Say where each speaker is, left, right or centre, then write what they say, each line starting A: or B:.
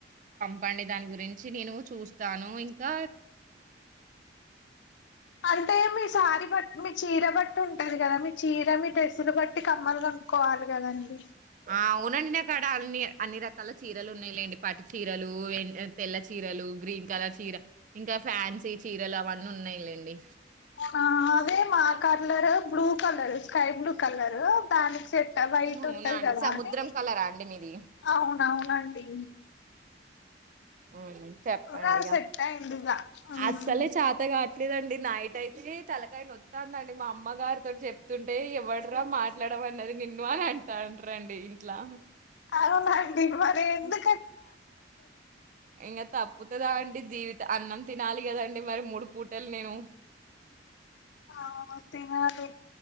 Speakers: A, on the right; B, on the left.
A: ప్పండి దాని గురించి నేను చూస్తాను ఇంకా
B: అంటే మీ సారి బట్టి మీ చీర బట్టి ఉంటంది కదా మీ చీర మీ డ్రెస్సులు బట్టి కమ్మలు కనుక్కోవాలి కదండి
A: ఆ అవునండి అక్కడ అన్ని అన్ని రకాల చీరలు ఉన్నాయిలేండి పట్టు చీరలు తెల్ల చీరలు గ్రీన్ కలర్ చీర ఇంకా ఫ్యాన్సీ చీరలు అవన్నీ ఉన్నాయిలేండి
B: ఆ అదే మా curler blue colour sky blue colour దానికి సెట్ క్క బయట
A: అవునా
B: ఉంటది
A: అండి
B: కదా
A: సముద్రం
B: అని
A: కలరా అండి మీది?
B: అవునవునండి
A: ఊ చెప్పండిగా
B: ఇంకా సెట్ అయింది ఇక మ్మ్
A: అస్సలే చతగా లేదండి నైట్ అయితే తలకాయనోత్తందండి మా అమ్మ గారితోని చెప్తుంటే ఎవ్వడ్రా మాట్లాడమన్నది నిన్ను అని అంటండ్రండి ఇంట్లా
B: అవునండి మరి ఎందు
A: ఉ ఇగ తప్పుతదా అండి జీవి అన్నం తినాలి కదండి మరి మూడు పూటలు నేను
B: ఆ తినాలి